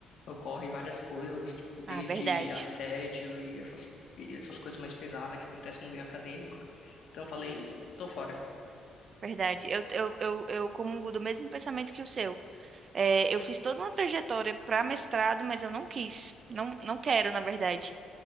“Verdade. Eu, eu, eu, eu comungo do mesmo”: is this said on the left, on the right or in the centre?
Right